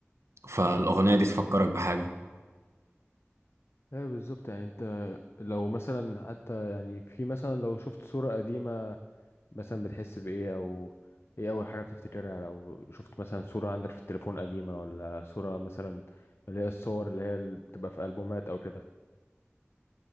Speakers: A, on the right; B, on the left.
A: فالاغنيه دي تفكرك بحاجه
B: ايه بالظبط يعني انت لو مثلا حتى يعني في مثلا لو شفت صورة قديمة مثلا بتحس بإيه أو إيه أول حاجة بتفتكرها لو شفت مثلا صورة عندك في التليفون قديمة ولا صورة مثلا اللي هي الصور اللي هي اللي بتبقى في ألبومات أو كده